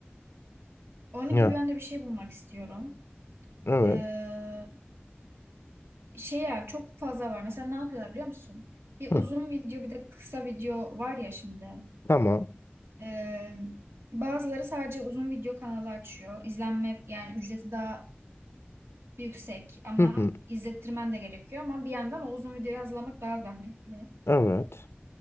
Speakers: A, on the right; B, on the left.
A: Onun
B: Ya
A: gibi ben de bir şey bulmak istiyorum.
B: evet.
A: Ee, şey ya çok fazla var. Mesela ne yapıyorlar biliyor musun? Bir
B: Hı.
A: uzun video bir de kısa video var ya şimdi.
B: Tamam.
A: Ee, bazıları sadece uzun video kanalı açıyor. İzlenme yani ücreti daha yüksek ama
B: Hı hı.
A: izlettirmen de gerekiyor. Ama bir yandan o uzun videoyu hazırlamak daha zahmetli.
B: Evet.